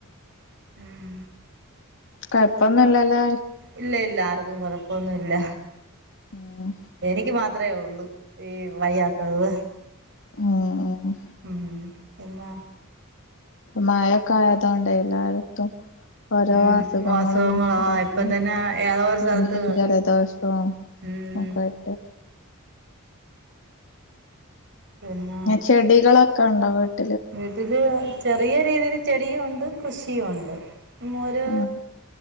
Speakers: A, on the right; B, on the left.
A: ഉം
B: കുഴപ്പം ഒന്നും ഇല്ലല്ലോ
A: ഇല്ല ഇല്ല ആർക്കും കൊഴപ്പൊന്നുമല്ല
B: ഉം
A: എനിക്ക് മാത്രമേ ഉള്ളു ഈ വയ്യാത്തത്
B: ഉം
A: ഉ പിന്നെ
B: മഴൊക്കെ ആയതോണ്ട എല്ലായിർത്തും ഓരോ
A: ഉം
B: അസുഖങ്ങളും
A: അസുഖങ്ങളോ
B: ഇതൊക്കെ
A: ഇപ്പം തന്നെ ഏതോ ഒരു
B: പനിയും
A: സ്ഥലത്ത്
B: ജലദോഷവും
A: ഉം
B: ഒക്കെ ഇണ്ട്
A: പിന്നെ
B: ചെടികളൊക്കെ കണ്ടപട്ട്
A: വീട്ടില് ചെറിയ രീതിയിൽ ചെടിയും ഉണ്ട് കൃഷിയും ഉണ്ട് ഒരു
B: ഉം